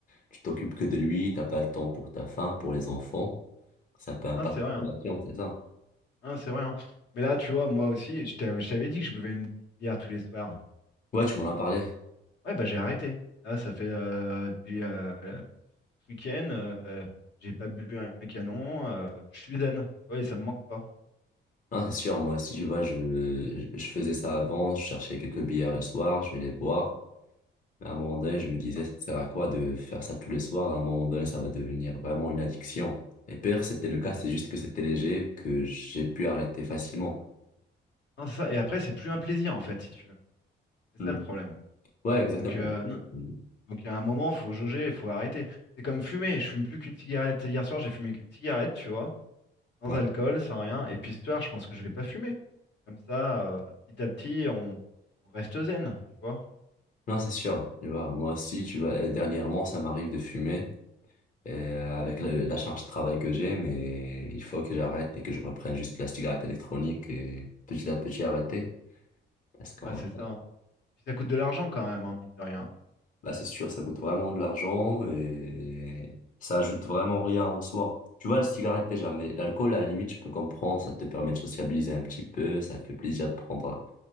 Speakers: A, on the left; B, on the left.
A: tu t'occupes que de lui, t'as pas le temps pour ta femme, pour les enfants, ça peut impacter
B: Non, c'est vrai.
A: ta
B: hein.
A: relation, c'est ça.
B: Non, c'est vrai. hein. Mais là, tu vois, moi aussi, je t'avais je t'avais dit que je buvais une petite bière tous les soirs.
A: Ouais, tu m'en as parlé.
B: Ouais, bah j'ai arrêté. Là, ça fait euh, depuis euh, Ce week-end, euh, j'ai pas bu un canon, euh, je suis zen, tu vois, et ça me manque pas.
A: Ah, c'est sûr, moi aussi, tu vois, je, je faisais ça avant, je cherchais quelques bières le soir, je vais les boire. À un moment donné, je me disais,
B: Hein,
A: ça sert à quoi de faire ça tous les soirs? À un moment donné, ça va devenir vraiment une addiction. Et pire, c'était le cas, c'est juste que c'était léger, que j'ai pu arrêter facilement.
B: hein, c'est ça. Et après, c'est plus un plaisir, en fait, si tu veux. C'est
A: Mm.
B: ça le problème.
A: Ouais, exactement.
B: Donc, euh, non.
A: Mm.
B: Donc, il y a un moment, faut jauger, il faut arrêter. C'est comme fumer, je fume plus qu'une cigarette. Hier soir, j'ai fumé qu'une cigarette, tu vois, sans
A: Ouais.
B: alcool, sans rien. Et puis ce soir, je pense que je vais pas fumer. Comme ça, euh, petit à petit, on, on reste zen, tu vois.
A: Non, c'est sûr. Tu vois, moi aussi, tu vois, euh, dernièrement, ça m'arrive de fumer et, euh, avec la, la charge de travail que j'ai, mais il faut que j'arrête et que je reprenne juste la cigarette électronique et petit à petit arrêter. Parce qu'on
B: Ouais, c'est ça. hein. Puis ça coûte de l'argent quand même, hein, mine de rien.
A: Bah, c'est sûr, ça coûte vraiment de l'argent et ça ajoute vraiment rien en soi. Tu vois, le cigarette déjà, mais l'alcool, à la limite, je peux comprendre, ça te permet de sociabiliser un petit peu, ça fait plaisir de prendre